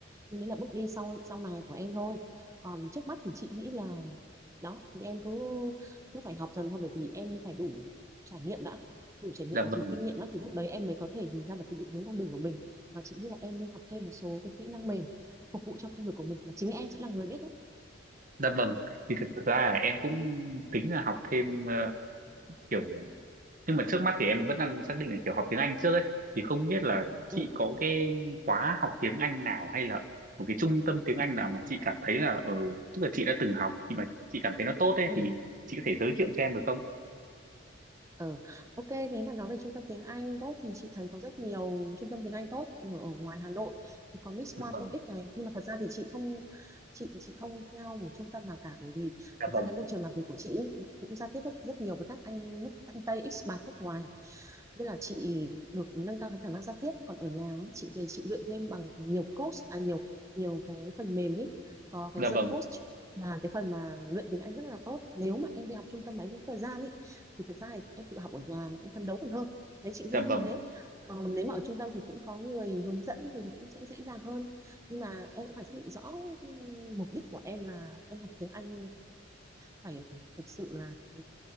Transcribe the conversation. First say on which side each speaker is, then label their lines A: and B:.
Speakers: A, on the right (about 15°); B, on the right (about 45°).
A: nghĩ là bước đi sau sau này của em thôi còn trước mắt thì chị nghĩ là đó thì em cứ cứ phải học dần thôi bởi vì em phải đủ trải nghiệm đã đủ trải nghiệm
B: dạ
A: và
B: vâng
A: đủ kinh nghiệm đã thì lúc đấy em mới có thể nhìn ra được cái định hướng con đường của mình và chị nghĩ là em nên học thêm một số cái kỹ năng mềm phục vụ cho công việc của mình mà chính em sẽ là người biết đấy
B: dạ vâng thì thực ra là em cũng tính là học thêm ờ, kiểu nhưng mà trước mắt thì em vẫn đang xác định là kiểu học tiếng Anh trước ấy thì không biết là chị
A: ừ
B: có cái khóa học tiếng Anh nào hay là một cái trung tâm tiếng Anh nào mà chị cảm thấy là ờ tức là chị đã từng học chị mà chị cảm thấy nó tốt ấy
A: ừ
B: thì chị có thể giới thiệu cho em được không?
A: Ờ, ok nếu mà nói về trung tâm tiếng Anh tốt thì chị thấy có rất nhiều trung tâm tiếng Anh tốt ở ở ngoài Hà Nội thì có Miss
B: Dạ
A: Hoa
B: vâng,
A: TOEIC này nhưng mà thật ra thì chị không chị thì chị không theo một trung tâm nào cả bởi vì
B: dạ
A: thật
B: vâng,
A: ra cái môi trường làm việc của chị ý nó cũng giao tiếp rất, rất nhiều với các anh nước các anh Tây expat nước ngoài nên là chị được nâng cao cái khả năng giao tiếp còn ở nhà ấy, chị về chị luyện thêm bằng nhiều coach à nhiều nhiều cái phần mềm ấy có cái
B: dạ
A: The
B: vâng,
A: Coach là cái phần mà luyện tiếng Anh rất là tốt nếu mà em đi học trung tâm máy tính thời gian ấy thì thật ra thì em tự học ở nhà mà em phấn đấu còn hơn đấy chị nghĩ
B: dạ
A: như
B: vâng,
A: thế còn nếu mà ở trung tâm thì cũng có người hướng dẫn thì nó cũng sẽ dễ dàng hơn nhưng mà em cũng phải xác định rõ ừ, mục đích của em là em học tiếng Anh phải thực sự là ừ,